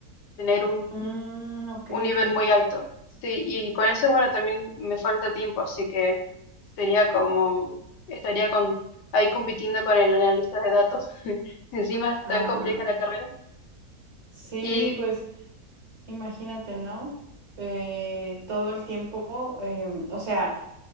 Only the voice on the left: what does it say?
tener
un nivel
muy alto. Sí, y con eso, bueno, también me falta tiempo, así que sería como, estaría con, ahí compitiendo con el analista de datos. <laughs> Encima es
tan compleja la carrera.
Y